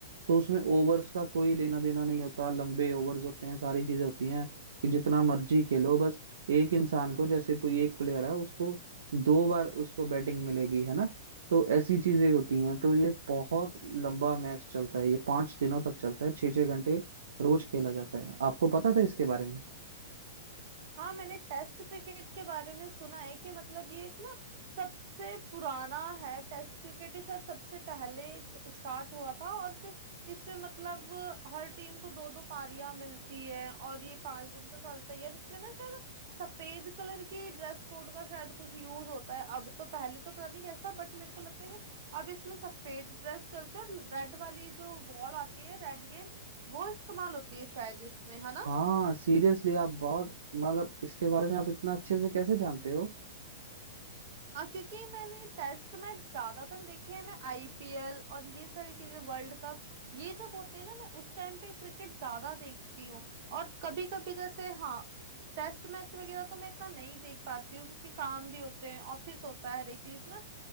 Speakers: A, on the right; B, on the right.
A: तो उसमें ओवर्स का कोई लेना देना नहीं होता लंबे ओवर्स होते हैं सारी चीजें होती हैं कि जितना मर्जी खेलो बस एक इंसान को जैसे कोई एक प्लेयर है उसको दो बार उसको बैटिंग मिलेगी है ना तो ऐसी चीजें होती हैं तो ये बहुत लंबा मैच चलता है ये पांच दिनों तक चलता है छह छह घंटे रोज खेला जाता है आपको पता था इसके बारे में
B: हाँ मैंने टेस्ट क्रिकेट के बारे में सुना है कि मतलब ये एक ना सबसे पुराना है टेस्ट क्रिकेट ही शायद सबसे पहले स्टार्ट हुआ था और फिर इसमें मतलब हर टीम को दो दो पारियां मिलती है और ये पांच दिन तो चलता ही है और इसमें ना शायद सफेद कलर की ड्रेस कोड का शायद कुछ यूज होता है अब तो पहले तो पता नहीं कैसा बट मेरे को लगता है शायद अब इसमें सफेद ड्रेस चलती है और रेड वाली जो बॉल आती है रेड गेंद वो इस्तेमाल होती है शायद इसमें है ना
A: हाँ सीरियसली आप बहुत मतलब इसके बारे में आप इतना अच्छे से कैसे जानते हो
B: हाँ क्योंकि मैंने टेस्ट में ज्यादातर देखे हैं मैं आईपीएल और ये सारी चीजें वर्ल्ड कप ये जब होते हैं ना मैं उस टाइम पे क्रिकेट ज्यादा देखती हूँ और कभी कभी जैसे हाँ टेस्ट मैच वगैरह तो मैं इतना नहीं देख पाती हूँ क्योंकि काम भी होते हैं ऑफिस होता है हर एक चीज ना